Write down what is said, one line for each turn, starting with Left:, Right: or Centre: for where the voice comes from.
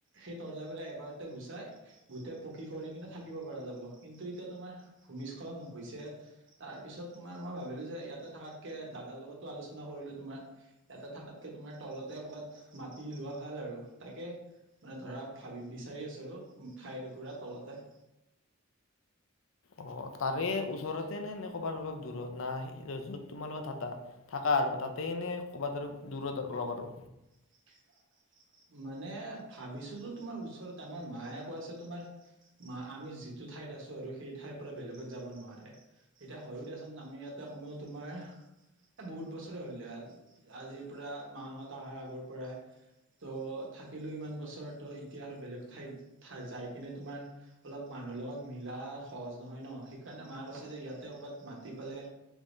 Right: সেই তৰ্জাবিলাক এবাৰতে গুচাই গোটেই পকী কৰি কিনে থাকিব পৰা যাব কিন্তু এতিয়া তোমাৰ ভূমিস্খলন হৈছে তাৰ পিছত তোমাৰ মই ভাবিলো যে ইয়াতে থাকাতকে দাদাৰ লগতো আলোচনা কৰিলো তোমাৰ ইয়াতে থাকাতকে তোমাৰ তলতে কৰ'বাত মাটি লোৱা ভাল আৰু তাকে মানে ধৰা ভাবি বিচাৰি আছোঁ আৰু ঠাইডখোৰা তলতে উ
Left: অ তাৰে ওচৰতে নে ন কবাত অলপ দূৰত না য'ত তোমালোকত থা থাকা আৰু তাতে সনে ক'ৰবাত আৰু দূৰত আৰু অলপ আৰু
Right: <unintelligible> মানে ভাবিছোতো তোমাৰ ওচৰত আমাৰ মায়ে কৈ আছে তোমাৰ মা আমি যিটো টো ঠাইত আছো আৰু সেই ঠাইৰ পৰা বেলেগত যাব নোৱাৰে এতিয়া হয়ও দিয়াচোন আমি ইয়াতে কমেও তোমাৰ এ বহুত বছৰে হ'ল আজিৰ পৰা মাহত অহাৰ আগৰ পৰাই ত' থাকিলো ইমান বছৰ ত এতিয়া আৰু বেলেগ ঠাইত যাই কিনে তোমাৰ অলপ মানুহ মোৰ লগত মিলা সহজ নহয় ন সেইকাৰণে মা কৈছে যে ইয়াতে ক'ৰবাত মাতি পালে